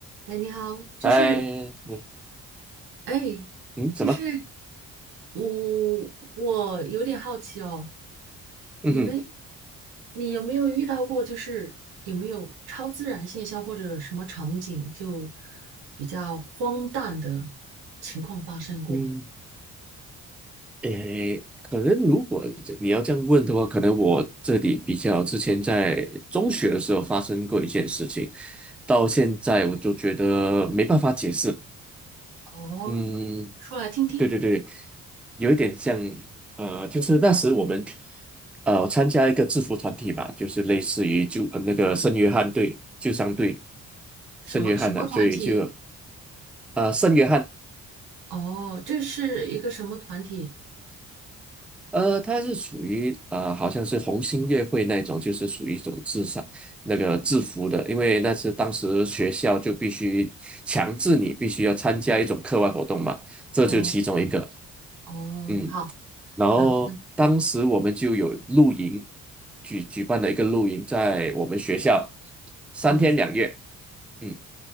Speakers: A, on the right; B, in the centre.
A: 哎，你好，就是，
B: 哎，你
A: 哎，
B: 嗯怎么？
A: 就是我，我有点好奇哦，
B: 嗯哼
A: 你们，你有没有遇到过，就是有没有超自然现象或者什么场景就比较荒诞的情况发生过？
B: 嗯，诶，可能如果这你要这样问的话，可能我这里比较之前在中学的时候发生过一件事情，到现在我就觉得没办法解释。
A: 哦，
B: 嗯，
A: 说来听听，
B: 对对对，有一点像，呃，就是那时我们呃参加一个制服团体吧，就是类似于就呃那个圣约翰队、救伤队、
A: 什么什么团体？
B: 圣约翰的，所以就呃圣约翰。
A: 哦，这是一个什么团体？
B: 呃，它是属于呃，好像是红星乐会那种，就是属于一种制上那个制服的，因为那是当时学校就必须强制你必须要参加一种课外活动嘛，这就其中一个。
A: 哦哦，
B: 嗯，
A: 好，
B: 然后当时我们就有露营，
A: 然后
B: 举举办了一个露营，在我们学校三天两夜。
A: 嗯，
B: 嗯，